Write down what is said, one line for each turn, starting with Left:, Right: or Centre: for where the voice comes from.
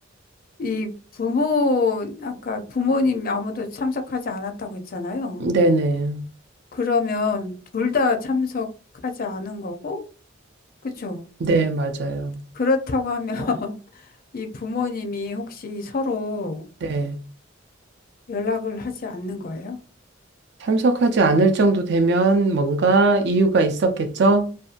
Left: 이 부모 아까 부모님 아무도 참석하지 않았다고 했잖아요.
Right: 네네.
Left: 그러면 둘 다 참석하지 않은 거고 그쵸?
Right: 네, 맞아요.
Left: 그렇다고 하면 <laughs> 이 부모님이 혹시 서로
Right: 네.
Left: 연락을 하지 않는 거예요?
Right: 참석하지 않을 정도 되면 뭔가 이유가 있었겠죠?